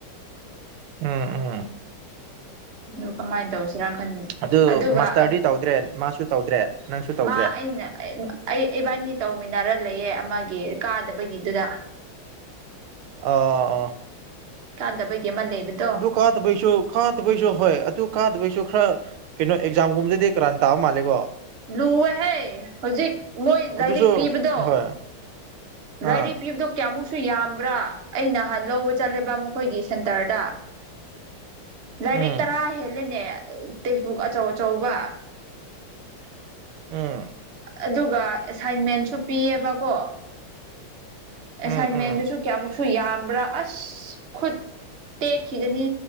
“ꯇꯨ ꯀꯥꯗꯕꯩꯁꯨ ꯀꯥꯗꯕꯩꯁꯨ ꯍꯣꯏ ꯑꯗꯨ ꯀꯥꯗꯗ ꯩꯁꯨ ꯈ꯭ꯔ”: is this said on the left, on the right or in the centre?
Right